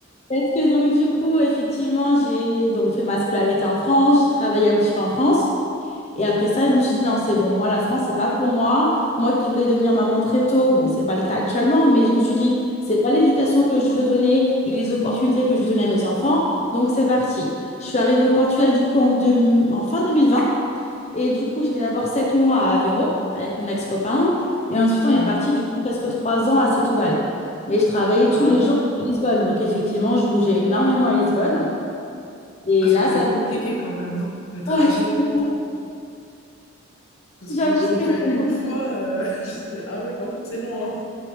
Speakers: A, on the left; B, on the left.
A: Parce que donc du coup, effectivement, j'ai donc fait ma scolarité en France, j'ai travaillé un petit peu en France. Et après ça, je me suis dit non, c'est bon, moi la France, c'est pas pour moi. Moi qui voulais devenir maman très tôt, bon, c'est pas le cas actuellement, mais je me suis dit, c'est pas l'éducation que je veux donner et les opportunités que je veux donner à mes enfants. Donc c'est parti. Je suis arrivée au Portugal du coup en, deux- en fin 2020. Et du coup, j'étais d'abord sept mois à Aveiro avec mon ex-copain. Et ensuite, on est
B: Mhm.
A: parti du coup presque trois ans à Setúbal. Mais je travaillais
B: Ah,
A: tous les jours à Lisbonne. Donc effectivement, je bougeais énormément à Lisbonne. Et
B: Ah, ça
A: là,
B: devait
A: ça
B: être
A: fait...
B: compliqué quand même, non?
A: <laughs>
B: Le trajet.
A: Ouais, c'est long.
B: parce que
A: J'avoue
B: je l'ai
A: que
B: fait
A: c'est
B: une
A: long.
B: fois. euh, <laughs> j'étais- Ah ouais, quand même, c'est loin.